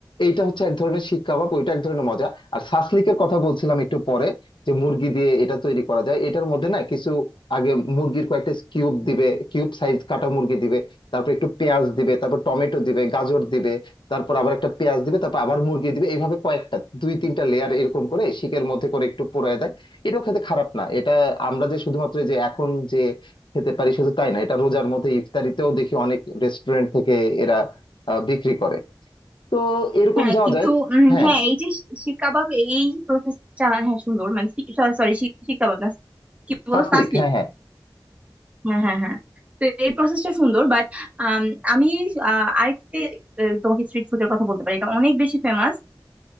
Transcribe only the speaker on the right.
হ্যাঁ
কিন্তু
উম,
হ্যাঁ এই যে শি- শিক কাবাব এই প্রসেসটা হ্যাঁ সুন্দর মানে সরি শিক কাবাব না কি বলো
সাসলিক
হ্যাঁ হ্যাঁ হ্যাঁ তো এই প্রসেসটা সুন্দর বাট আমি আহ, আরেকটা আহ, তোমাকে স্ট্রিট ফুডের কথা বলতে পারি এটা অনেক বেশি ফেমাস